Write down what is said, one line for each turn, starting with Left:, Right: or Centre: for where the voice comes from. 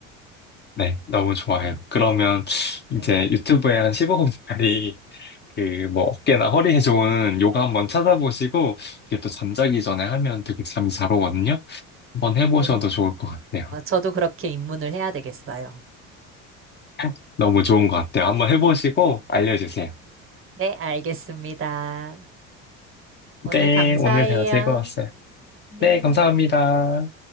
Left: 네, 너무 좋아요. 그러면
Right: 네.
Left: 이제 유튜브에 한 15분짜리 그 뭐 어깨나 허리에 좋은 요가 한번 찾아보시고 이게 또 잠자기 전에 하면 되게 잠이 잘 오거든요. 한번 해보셔도
Right: 오.
Left: 좋을 것 같아요.
Right: 어, 저도 그렇게 입문을 해야 되겠어요.
Left: <laughs> 너무 좋은 것 같아요. 한번 해보시고 알려주세요.
Right: 네, 알겠습니다. 오늘
Left: 네,
Right: 감사해요.
Left: 오늘 대화 즐거웠어요.
Right: 네.
Left: 네, 감사합니다.